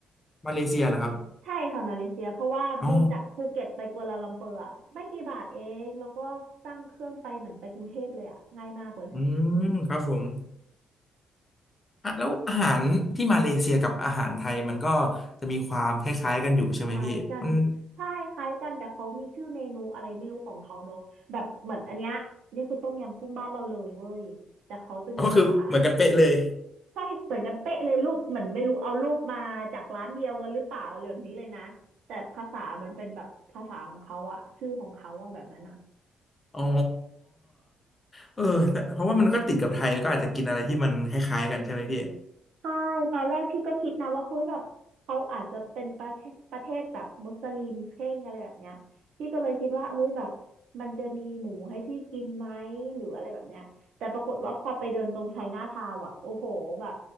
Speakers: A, on the left (about 20°); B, on the right (about 80°).
A: มาเลเซียเหรอครับ
B: ใช่ค่ะมาเลเซียเพราะว่าบินจากภูเก็ตไปกัวลาลัมเปอร์อะไม่กี่บาทเองแล้วก็ตั้งเครื่องไปเหมือนไปกรุงเทพเลยอะง่ายมากเลย
A: อ๋ออืมครับผมอ่ะแล้วอาหารที่มาเลเซียกับอาหารไทยมันก็จะมีความคล้ายๆกันอยู่ใช่ไหมพี่มัน
B: คล้ายกันใช่คล้ายกันแต่เขามีชื่อเมนูอะไรไม่รู้ของเขาเนอะแบบเหมือนอันเนี้ยนี่คือต้มยำกุ้งบ้านเราเลยเว้ยแต่เขาจะมีภาษา
A: ก็คือเหมือนกันเป๊ะเลย
B: ใช่เหมือนกันเป๊ะเลยรูปเหมือนไม่รู้เอารูปมาจากร้านเดียวกันหรือเปล่าอะไรแบบนี้เลยนะแต่ภาษามันเป็นแบบภาษาของเขาอะชื่อของเขาอะแบบนั้นอะ
A: อ๋อเออตเพราะว่ามันก็ติดกับไทยก็อาจจะกินอะไรที่มันคล้ายๆกันใช่ไหมพี่
B: ใช่ตอนแรกพี่ก็คิดนะว่าเฮ้ยแบบเขาอาจจะเป็นประเทศประเทศแบบมุสลิมเคร่งอะไรแบบเนี้ยพี่ก็เลยคิดว่าเฮ้ยแบบมันจะมีหมูให้พี่กินไหมหรืออะไรแบบเนี้ยแต่ปรากฏว่าพอไปเดินตรงไชน่าทาวน์อ่ะโอ้โหแบบ